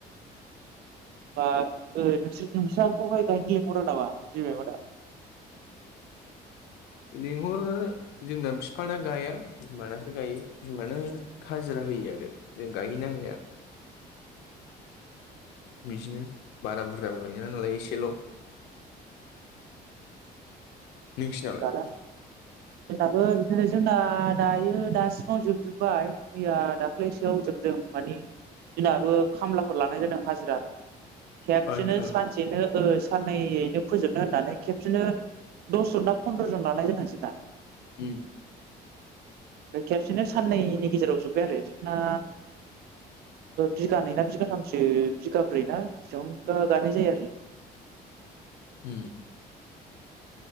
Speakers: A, on the right; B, on the left.
A: बा नोंसाराखौहाय गायनो लेंहरो नामा बिबोय मोनहा।
B: लेंंहरो जोंना बिफाना गाया बिमानासो गायो बिमानासो गायो। खाजिरा होयो आरो जों गायहैनांलाया। बिदिनो बारा बुरजाबो गायनाय नालाय एसेल'। नों सिनालाय।
A: दाना जोंनाबो जै जोंना दायो दासिमाव जोबजोब्बाय मैया दाख्लैसो। खायाव जोबदों मान दिनहाबो खामलाफोर लानाय जादों हाजिरा। खेबसेनो
B: आदसा
A: सानसेनो साननैैनो फोजोबनो होननानै खेबसेनो। दसजन बा पन्द्र' जन लानाय जादों दा।
B: उ।
A: ओमफ्राय खेबसेनो साननैनि गेजेराव जोब्बाय आरो जोंना। बिघानै ना बिगाथामसो बिगाब्रै ना बेसेबां गानाय जायो आरो।
B: उम